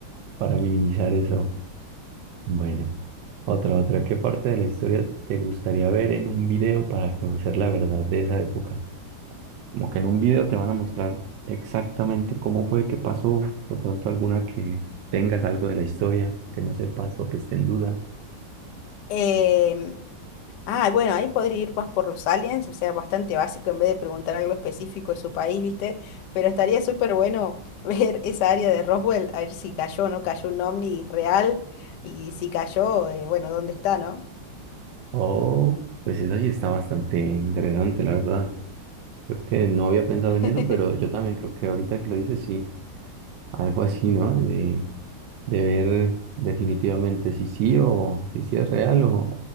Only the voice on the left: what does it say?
Em, Ah, bueno, ahí podría ir más por los aliens, o sea, bastante básico en vez de preguntar algo específico de su país, ¿viste? Pero estaría súper bueno <laughs> ver esa área de Roswell, a ver si cayó o no cayó un ovni real y si cayó, eh, bueno, ¿dónde está, no?
<laughs>